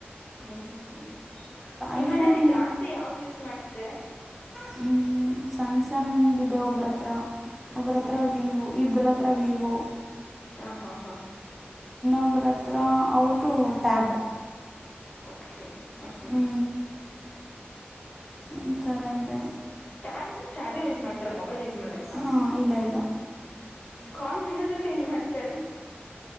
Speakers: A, on the left; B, in the centre.
A: ಹ್ಮ್ ಹ್ಮ್ ಹ್ಮ್ ನಿಮ್ಮ
B: ಐಫೋನ್
A: ಮನೇಲಿ ಜಾಸ್ತಿ ಯಾವ್ದ್ ಯೂಸ್ ಮಾಡ್ತಿದ್ದಾರೆ
B: ಹ್ಮ್ ಸ್ಯಾಮ್ಸಂಗ್ ಇದೆ ಒಬ್ರ ಹತ್ರ ಒಬ್ರ
A: ಹ್ಞೂ
B: ಹತ್ರ
A: ಹ್ಞೂ
B: ವಿವೊ ಇಬರತ್ರ ತ್ರ ವಿವೋ
A: ಹಾ ಹಾ ಹಾ
B: ಒಬ್ರತ್ರ ಅವ್ರುದು ಟ್ಯಾಬ್
A: ಓಕೆ ಹಾ ಹಾ
B: ಹ್ಞೂ ಈ ತರ ಇದೆ
A: ಟ್ಯಾಬ್ ಅಂದ್ರೆ ಟ್ಯಾಬೆ ಯೂಸ್ ಮಾಡ್ತಾರ ಮೊಬೈಲ್ ಯೂಸ್ ಮಾಡಲ್ವಾ
B: ಹಾಂ ಇಲ್ಲ ಇಲ್ಲ
A: ಕಾಲ್ ಮಾಡೋದ್ರಲ್ಲಿ ಹೆಂಗೆ ಮಾಡ್ತಾರೆ